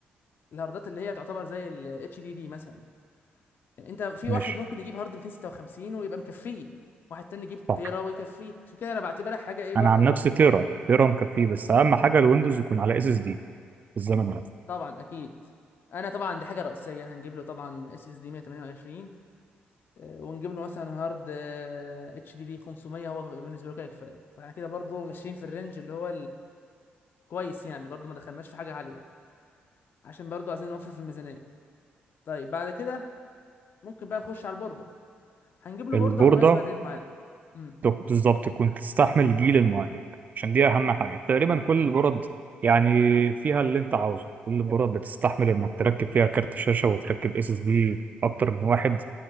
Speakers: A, on the left (about 60°); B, on the right (about 45°).
A: الهاردات اللي هي تعتبر زي ال HDD مثلا انت في
B: ماشي
A: واحد ممكن يجيب هارد 256 ويبقى مكفيه واحد تاني يجيب تيرا
B: صح
A: ويكفيه عشان كده انا بعتبرها حاجه ايه برضو
B: انا عن نفسي تيرا تيرا مكفيه بس اهم حاجه الويندوز يكون على اس اس دي في الزمن ده
A: طبعا اكيد انا طبعا دي حاجه رئيسيه هنجيب له طبعا اس اس دي 128 آه، ونجيب له مثلا هارد آه، اتش دي دي 500 هو بيبقى بالنسبه له كده كفايه فاحنا كده برضو ماشيين في الرينج اللي هو الكويس يعني برضو ما دخلناش في حاجه عاليه عشان برضو عايزين نوفر في الميزانيه طيب بعد كده ممكن بقى نخش على البورده هنجيب له
B: البورده
A: بورده مناسبه للمعالج امم
B: دك- بالظبط كنت تستحمل جيل المعالج عشان دي اهم حاجه تقريبا كل البرد يعني فيها اللي انت عاوزه كل البرد بتستحمل انك تركب فيها كارت شاشه وتركب اس اس دي اكتر من واحد